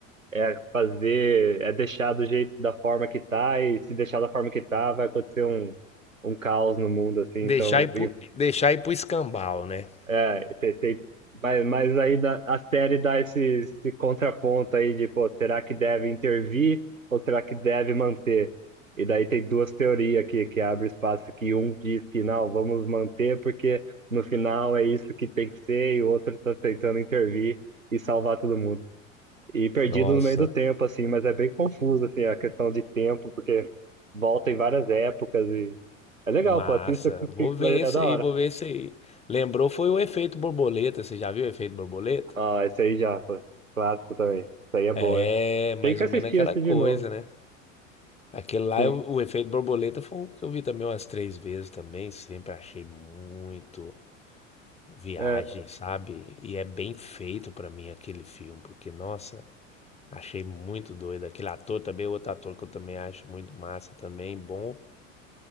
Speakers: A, on the right (about 80°); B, on the left (about 15°).
A: é fazer, é deixar do jeito, da forma que tá, e se deixar da forma que tá, vai acontecer um, um caos no mundo, assim, então
B: Deixar ir pro, deixar ir pro escambau, né?
A: é, tem, tem- mas, mas aí dá- a série dá esse, esse contraponto aí de, pô, será que deve intervir ou será que deve manter? E daí tem duas teorias aqui que abre espaço que um diz que não, vamos manter porque no final é isso que tem que ser e o outro tá tentando intervir e salvar todo mundo. E perdido
B: Nossa,
A: no meio do tempo, assim, mas é bem confuso, assim, a questão de tempo, porque volta em várias épocas e é legal,
B: massa.
A: pô, assista que
B: Vou
A: que
B: ver
A: vai, é
B: esse
A: da
B: aí,
A: hora.
B: vou ver esse aí. Lembrou foi o efeito borboleta, você já viu o efeito borboleta?
A: Ah, esse aí já, pô. Clássico também. Isso aí é
B: É,
A: bom, hein?
B: mais
A: Tem que assistir
B: ou menos aquela
A: esse
B: coisa,
A: de novo.
B: né? Aquele lá,
A: Sim.
B: o, o efeito borboleta foi um que eu vi também umas três vezes também, sempre achei muito viagem,
A: É,
B: sabe? E é bem feito pra mim aquele filme, porque, nossa, Achei muito doido. Aquele ator também, outro ator que eu também acho muito massa também, bom.